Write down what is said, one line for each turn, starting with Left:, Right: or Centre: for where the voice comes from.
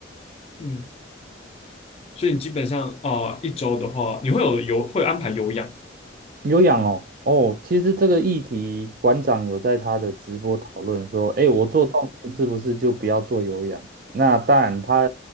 Left: 嗯，所以你基本上啊、呃一周的话，你会有有会安排有氧，
Right: 有氧哦，哦，其实这个议题馆长有在他的直播讨论说，哎，我做重训是不是就不要做有氧？那当然他